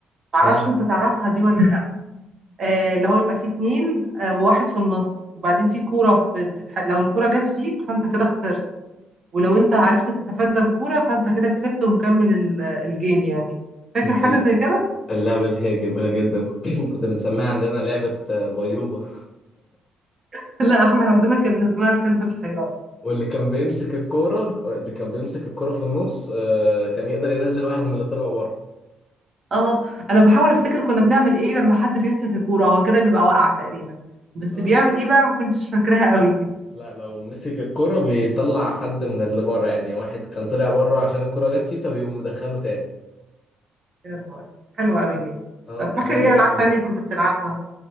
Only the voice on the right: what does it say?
معرفش
انت تعرفها دي ولا آه، اللي هو يبقى فيه اتنين آه، وواحد في النص وبعدين فيه كورة بتتح... لو الكورة جت فيك فانت كده خسرت ولو انت عرفت تتفادى الكورة فانت كده كسبت ومكمل ال- الجيم يعني فاكر
حاجة
زي كده؟
<laughs> لا احنا عندنا كان اسمها الكلب الحيران
اه انا بحاول افتكر كنا بنعمل ايه لما حد بيمسك الكورة هو كده بيبقى
واقع تقريبا بس
بيعمل ايه بقى ما كنتش فاكراها قوي
<laughs> يا نهاري حلوة قوي دي
طب
فاكر
ايه
العاب
تانية كنت بتلعبها؟